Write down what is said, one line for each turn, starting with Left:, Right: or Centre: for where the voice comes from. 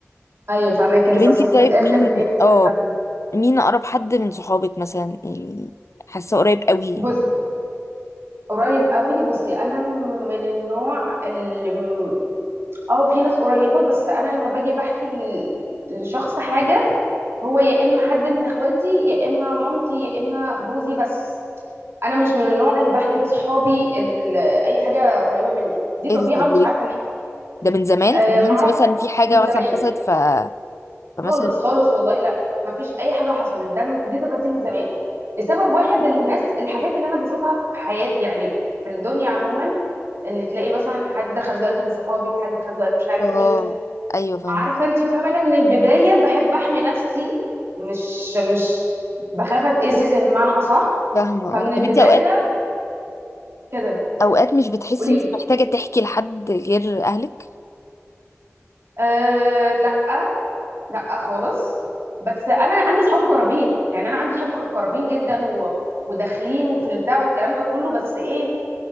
Right: ايوه فاهماكي لسه
Left: طب انتي
Right: وصفه
Left: طيب
Right: في الاخر
Left: مين
Right: ان انت تفلتر
Left: اه
Right: فيه
Left: مين اقرب حد من صحابك مثلا يعني حاسه قريب قوي
Right: بصي قريب قوي بصي انا من النوع اللي م- اه في ناس قريبه بس انا لما باجي بحكي ل- لشخص حاجه هو يا اما حد من اخواتي يا اما مامتي يا اما جوزي بس انا مش من النوع اللي بحكي لاصحابي ال- اي حاجه قريبه مني دي طبيعه
Left: ايه ده طب
Right: مش
Left: ليه
Right: عارفه
Left: ده من زمان
Right: آه
Left: ولا
Right: ما
Left: انت
Right: اعرفش
Left: مثلا في حاجه
Right: من زمان
Left: مثلا حصلت ف فمثلا
Right: خالص خالص والله لا ما فيش اي حاجه حصلت ده دي طبيعتي من زمان لسبب واحد الناس الحاجات اللي انا بشوفها في حياتي يعني في الدنيا عموما ان تلاقي مثلا حد خزوقك من صحابك حد خزوقك مش عارف
Left: اه
Right: مين
Left: ايوه فاهمه
Right: عارفه انت فاهمه انا من البدايه بحب احمي نفسي مش مش بخاف اتاذي زي بمعنى اصح
Left: فاهمه
Right: فمن
Left: اه طب
Right: البدايه
Left: انت اوقات
Right: كده
Left: اوقات مش بتحسي
Right: قولي
Left: انت
Right: لي
Left: محتاجه تحكي لحد غير اهلك
Right: أه لا لا خالص بس انا عندي صحاب مقربين يعني انا عندي صحاب مقربين جدا و... وداخلين في البتاع والكلام ده كله بس ايه